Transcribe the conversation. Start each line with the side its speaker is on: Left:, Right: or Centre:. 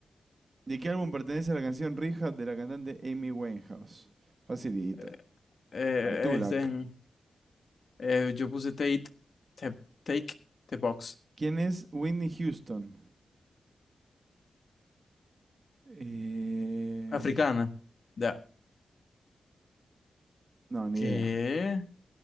Right: ¿De qué álbum pertenece la canción Rehab de la cantante Amy Winehouse? Facilito.
Left: Eh, eh,
Right: Back to Black.
Left: este, Eh, yo puse Take, te- take the Box,
Right: ¿Quién es Whitney Houston? Eh,
Left: africana. Ya.
Right: no, ni
Left: ¿Qué?
Right: idea.